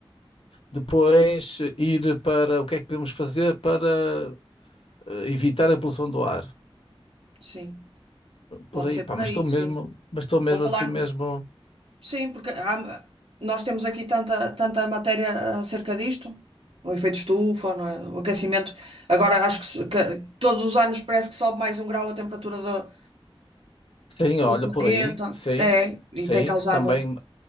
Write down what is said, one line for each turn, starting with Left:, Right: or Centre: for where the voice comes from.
Left: Depois eh, ir para o que é que podemos fazer para eh, evitar a poluição do ar.
Right: Sim, pode
Left: Por aí,
Right: ser
Left: pá,
Right: por aí,
Left: mas estou mesmo,
Right: sim.
Left: mas estou mesmo
Right: Vou falar
Left: assim
Right: um boca-
Left: mesmo.
Right: Sim, porque há- nós temos aqui tanta, tanta matéria acerca disto, o efeito estufa, não é? O aquecimento. Agora acho que, se- que todos os anos parece que sobe mais um grau a temperatura do,
Left: Sim, olha,
Right: do planeta.
Left: por aí, sim,
Right: É, e
Left: sim,
Right: tem causado.
Left: também,